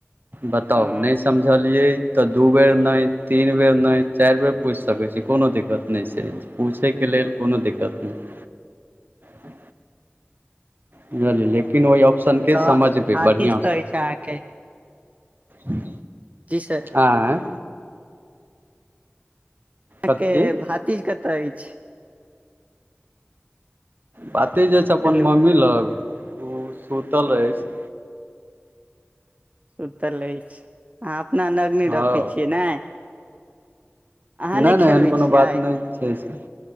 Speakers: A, on the right (about 50°); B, on the right (about 35°).
A: बताउ
B: हँ
A: नहि समझ बुझलियै तऽ दू बेर नै तीन बेर नहि चारि बेर पूछि सकैत छी कोनो दिक्कत नहि छै। पूछैके लेलऽ कोनो दिक्कत नहि ह बुझलियै लेकिन ओहि ऑप्शनके
B: तऽ
A: समझबै
B: भातिज
A: बढ़िआसँ
B: कतऽ अछि अहाँके
A: ह
B: जी सर।
A: आ
B: यहा
A: कथी
B: के भातिज कतय अछि
A: भातिज जे छै अपन
B: हेलो
A: मम्मी लग ओ सुतल अछि।
B: सुतल रहै छै अहा अपना नगनी
A: हँ
B: रखै छियै ने अहाँ नहि
A: नै नै
B: खेलबै
A: एहन कोनो
B: छियै
A: बात नहि छै से